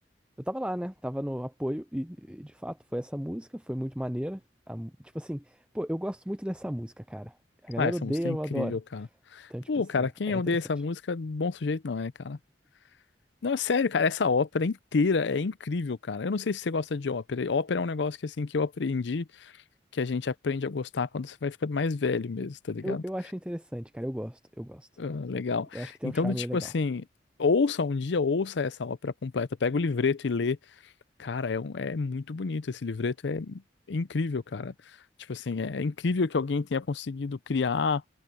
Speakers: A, in the centre; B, on the left (about 70°).
A: eu tava lá, né? Tava no apoio e, e, de fato, foi essa música, foi muito maneira. A mu- tipo assim, pô, eu gosto muito dessa música, cara. A galera
B: Ah, essa
A: odeia,
B: música
A: eu
B: é incrível,
A: adoro.
B: cara.
A: Então,
B: Pô,
A: tipo assim,
B: cara, quem
A: é
B: odeia
A: interessante.
B: essa música, bom sujeito não é, cara. Não, é sério, cara, essa ópera inteira é incrível, cara. Eu não sei se você gosta de ópera. Ópera é um negócio que, assim, que eu aprendi, que a gente aprende a gostar quando você vai ficando mais velho mesmo, tá ligado?
A: Eu, eu acho interessante, cara. Eu gosto, eu gosto.
B: Ah, legal.
A: Eu acho que tem
B: Então,
A: um charme
B: do tipo
A: legal.
B: assim, ouça um dia, ouça essa ópera completa, pega o livreto e lê. Cara, é, um- é muito bonito esse livreto, é incrível, cara. Tipo assim, é é incrível que alguém tenha conseguido criar,